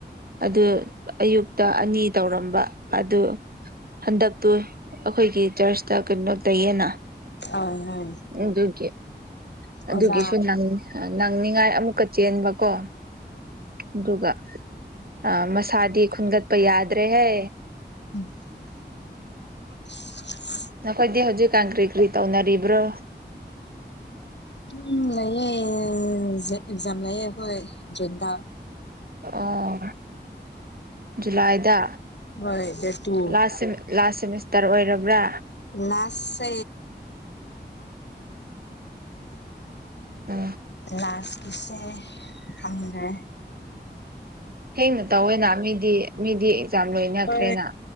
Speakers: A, on the right; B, on the left.
A: ꯑꯗꯨ ꯑꯌꯨꯛꯇ ꯑꯅꯤ ꯇꯧꯔꯝꯕ ꯑꯗꯨ ꯍꯟꯗꯛꯇꯨ ꯑꯩꯈꯣꯏꯒꯤ ꯆꯔꯁꯇ ꯀꯩꯅꯣ ꯇꯩꯌꯦꯅ
B: ꯍꯣꯏ ꯍꯣꯏ
A: ꯑꯗꯨꯒꯤ ꯑꯗꯨꯒꯤꯁꯨ
B: ꯑꯣꯖꯥ
A: ꯅꯪꯅꯤꯡꯉꯥꯏ ꯑꯃꯨꯛꯀ ꯆꯦꯟꯕꯀꯣ ꯑꯗꯨꯒ ꯑ ꯃꯁꯥꯗꯤ ꯈꯟꯒꯠꯄ ꯌꯥꯗ꯭ꯔꯦꯍꯦ
B: ꯎꯝ
A: ꯅꯈꯣꯏꯗꯤ ꯍꯧꯖꯤꯛꯀꯥꯟ ꯀꯔꯤ ꯀꯔꯤ ꯇꯧꯅꯔꯤꯕ꯭ꯔꯣ
B: ꯎꯝ ꯂꯩꯥꯌꯦ ꯑꯣꯀꯖꯥꯝ ꯂꯩꯌꯦ ꯑꯩꯈꯣꯏ ꯖꯨꯟꯗꯥ
A: ꯑꯣ ꯖꯨꯂꯥꯏꯗ
B: ꯍꯣꯏ ꯗꯦꯠ ꯇꯨ
A: ꯂꯥꯁꯥꯁ ꯁꯦꯃꯤꯁꯇꯔ ꯑꯣꯏꯔꯕ꯭ꯔꯥ
B: ꯂꯥꯁꯦ
A: ꯎꯝ
B: ꯂꯥꯁꯀꯤꯁꯦ ꯐꯪꯗꯦ
A: ꯍꯦꯡꯅ ꯇꯧꯋꯦꯅ ꯃꯤꯗꯤ ꯃꯤꯗꯤ ꯂꯣꯏꯅꯈ꯭ꯔꯦꯅ
B: ꯍ